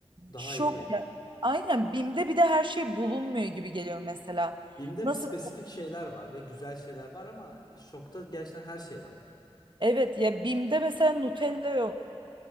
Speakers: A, on the left; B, on the right.
A: daha
B: şok
A: iyi.
B: ya- aynen BİM'de bir de her şey bulunmuyor gibi geliyor mesela.
A: Binde
B: Nasıl?
A: spesifik şeyler var ve güzel şeyler var ama şokta gerçekten her şey var.
B: Evet ya BİM'de mesela Nutella yok.